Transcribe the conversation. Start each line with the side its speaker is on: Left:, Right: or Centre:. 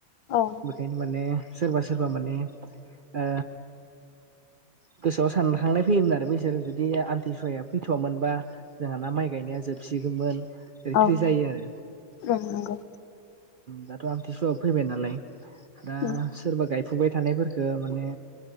Left: औ
Right: बेखायनो माने सोरबा सोरबा माने ओ गोसोआव सानखांनाय फैयोमोन आरो बैसोरो जुदि आथि बिफाया फैथ'वामोनबा जोंहाना माइ गायनाया जोबसिगौमोन। ओरै थोरै
Left: औ
Right: जायो आरो ओ
Left: ओं नंगौ
Right: दा आमथिसुवाबो फैबाय नालाय दा
Left: उम
Right: सोरबा गाय फुबाय थानायफोरखो माने